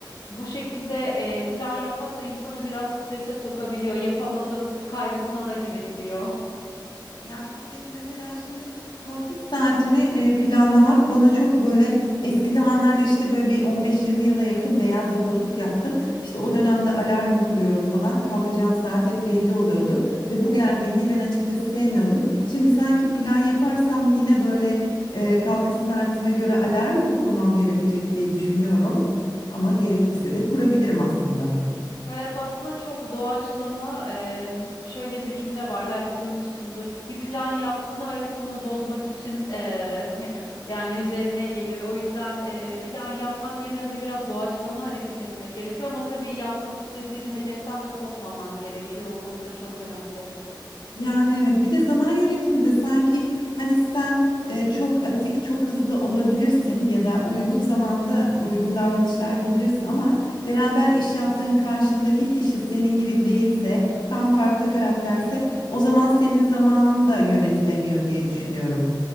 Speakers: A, on the left; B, on the left.
A: bu şekilde e, plan yapmak da insanı biraz strese sokabiliyor. Yapamadım kaygısına da girebiliyor.
B: Yani evet mesela şimdi kalkış saatimi e, planlamak bana çok böyle eski zamanlarda işte böyle bir 15-20 yıla yakın beyaz yakalılık yaptım. İşte o dönemde alarm kuruyorum falan kalkacağım saat hep belli oluyordu ve bu gerginliği ben açıkçası sevmiyordum. Şimdi sanki plan yaparsam yine böyle e, kalkış saatime göre alarm mı kurmam gerekecek diye düşünüyorum ama gerekirse de kurabilirim aslında.
A: Hayat aslında çok doğaçlama. e, şöyle bir cümle var belki duymuşsundur. Bir plan yaptığında hayat onu bozmak için e, <laughs> yani üzerine gelir. O yüzden e,
B: Evet.
A: plan yapmak yerine böyle biraz doğaçlama hareket etmek gerekiyor. Ama tabii yapmak istediğim hedeften de kopmaman gerekiyor. O konuda çok önemli.
B: Yani evet bir de zaman yönetiminde sanki hani sen e, çok atik çok hızlı olabilirsin ya da uygun zamanda uygun davranışlar yapabilirsin ama beraber iş yaptığın karşındaki kişi senin gibi değilse tam farklı karakterse o zaman senin zamanın da yönetilemiyor diye düşünüyorum.